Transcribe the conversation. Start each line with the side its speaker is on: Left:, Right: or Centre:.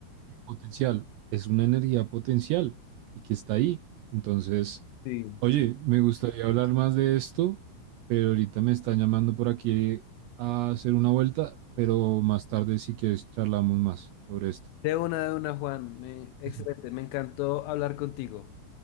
Right: Potencial, es una energía potencial y que está ahí. Entonces,
Left: Sí.
Right: oye, me gustaría hablar más de esto, pero ahorita me están llamando por aquí a hacer una vuelta, pero más tarde si quieres charlamos más sobre esto.
Left: De una, de una, Juan. Me, excelente,
Right: Eso.
Left: me encantó hablar contigo.